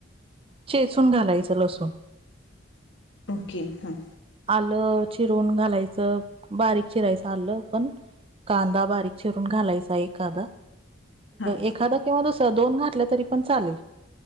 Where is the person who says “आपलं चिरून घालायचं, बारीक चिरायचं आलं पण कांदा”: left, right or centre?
Right